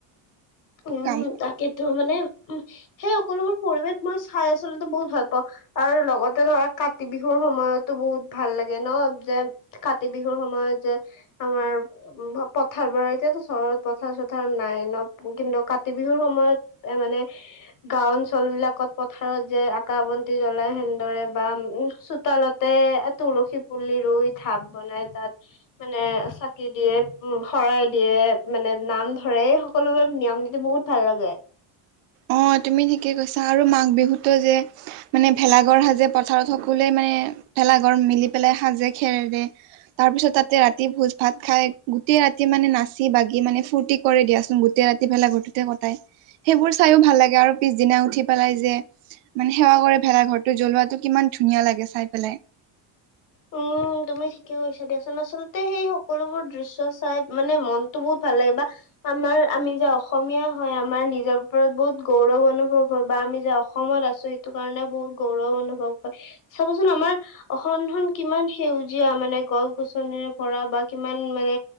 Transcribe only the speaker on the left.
উম
তাকেইেতো মানে উ সেই সকলোবোৰ পৰিৱেশ মই চাই আচলতে বহুত ভাল পাওঁ আৰু লগতে ধৰা কাতি বিহুৰ সময়তো বহুত ভাল লাগে ন যে কাতি বিহুৰ সময়ত যে। আমাৰ উ পথাৰ বাৰ এতিয়াতো চহৰত পথাৰ চাথাৰ নাই ন। কিন্তু কাতি বিহুৰ সময়ত এ মানে, গাওঁ অঞ্চল বিলাকত পথাৰত যে আকাশ বন্তি জ্বলাই সেনেদৰে বা উ চোতালত। তাতে তুলসী পুলি ৰুই ঢাপ বনাই তাত। মানে চাকি দিয়ে উ শৰাই দিয়ে মানে নাম ধৰে সকলোৰ নিয়ম নীতি বহুত ভাল লাগে।
উম, উ তুমি ঠিকে কৈছা দিয়াচোন আচলতে সেই সকলোবোৰ দৃশ্য চাই মানে মনতটো বহুত ভাল লাগে কাৰ আমাৰ আমি যে অসমীয়া হয় আমাৰ নিজৰ ওৰত বহুত গৌৰৱ অনুভৱ হয় বা আমি যে, অসমত আছো সেইটো কাৰণে বহুত গৌৰৱ অনুভৱ হয় চাবচোন আমাৰ অসম খন, কিমান সেউজীয়া মানে গছ গছনিৰে ভৰা বা কিমান মানে